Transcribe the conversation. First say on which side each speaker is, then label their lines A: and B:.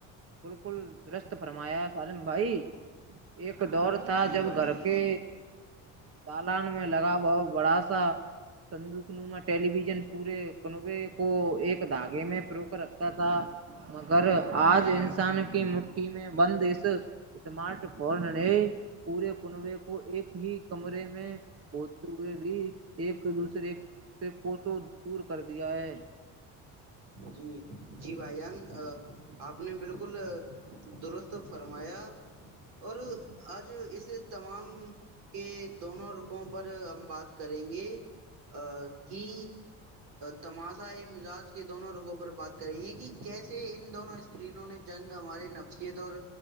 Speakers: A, on the right (about 35°); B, on the right (about 80°).
A: پ <inaudible> درست فرمایا سالم بھائی ایک دور تھا
B: جی
A: جب
B: بھائی
A: گھر
B: جان
A: کے تالان میں لگا ب بڑا سا سندوک نما ٹیلی ویژن پورے کنبے کو ایک دھاگے میں پروک رکھتا تھا مگر آج جی <unintelligible> کسان کی م مٹی میں بند اس سمارٹ فون میں پورے کنبے کو ایک ہی کمرے میں ہوتے ہوئے بھی ایک دوسرے سے کوسو دور کر دیا ہے
B: جی جی بھائی جان آپ نے بالکل درست فرمایا اور آج اس تمام کے دونوں رخوں پر ہم بات کریں گے ا کی تماشا ہی مزاج کے دونوں روگوں پر بات کریں گے کہ کیسے ان دونوں اسکرینوں نے جنگ ہمارے نفسیت اور